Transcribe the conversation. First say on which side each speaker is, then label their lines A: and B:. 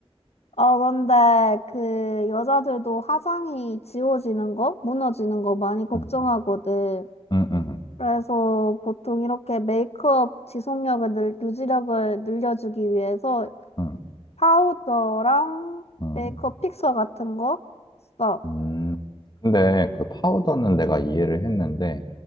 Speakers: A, on the left; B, on the left.
A: 어, 근데 그 여자들도 화장이 지워지는 거, 무너지는 거 많이 걱정하거든.
B: 응, 응, 응,
A: 그래서 보통 이렇게 메이크업 지속력을 늘, 유지력을 늘려주기 위해서
B: 응,
A: 파우더랑
B: 응.
A: 메이크업 픽서 같은 거 써.
B: 음, 근데 그 파우더는 내가 이해를 했는데